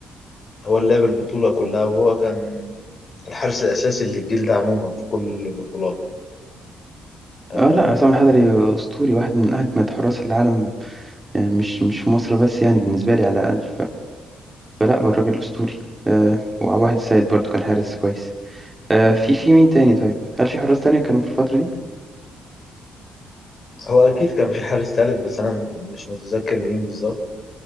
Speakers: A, on the left (about 40°); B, on the right (about 15°).
A: هو اللي لعب البطوله كلها وهو كان الحارس الاساسي للجيل ده عموما في كل البطولات آه،
B: اه لا عصام الحضري اسطوري واحد من اجمد حراس العالم آه، مش مش في مصر بس يعني بالنسبة لي على الاقل فلا هو الراجل أسطوري آه وواحد السيد برضو كان حارس كويس آه في في مين تاني طيب هل في حراس تاني كانوا في الفترة دي
A: هو اكيد كان في حارس ثالث بس انا م- مش متذكر مين بالظبط